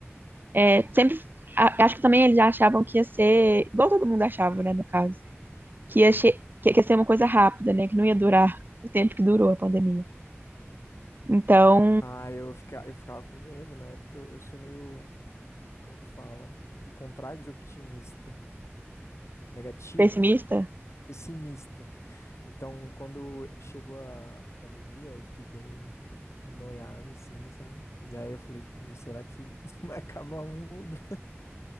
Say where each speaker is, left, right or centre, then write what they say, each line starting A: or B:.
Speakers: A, on the right (about 45°); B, on the left (about 75°).
A: É, sempre, a- acho que também eles achavam que ia ser, igual todo mundo achava, né, no caso, que ia, che- que que ia ser uma coisa rápida, né, que não ia durar o tempo que durou a pandemia. Então,
B: Ah, eu ficava, eu ficava com medo. Na época eu, eu sou meio, como que fala? O contrário de otimista, negativo.
A: pessimista?
B: pessimista. Então, quando chegou a pandemia, eu fiquei bem noiado, assim, sabe? E aí eu falei, pô, será que isso vai acabar o mundo?